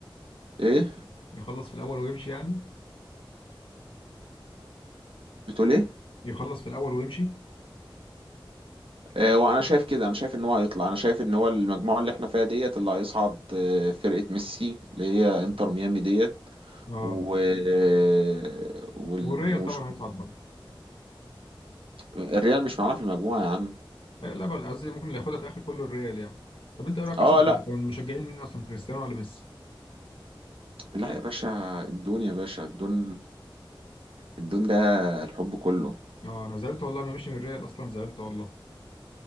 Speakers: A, on the right (about 85°); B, on the left (about 80°).
A: إيه
B: يخلص في الأول ويمشي يعني
A: بتقول إيه
B: يخلص في الأول ويمشي
A: آه، وانا شايف كده انا شايف ان هو هيطلع انا شايف ان هو المجموعه اللي احنا فيها ديت اللي هيصعد آه، فرقه ميسي اللي هي انتر
B: مم.
A: ميامي ديت
B: أه
A: و آه، وال...
B: والريال
A: ومش...
B: طبعا هيصعد برضه
A: الريال مش معانا في المجموعه يا عم
B: لا لا بل قصدي ممكن اللي ياخدها في اخر كله الريال يعني طب انت ايه رايك
A: اه
B: اصلا
A: لا
B: كان مشجعين مين اصلا كريستيانو ولا ميسي
A: لا يا باشا الدون يا باشا الدون الدون ده الحب كله
B: اه انا زعلت والله ما مشي من الريال اصلا زعلت والله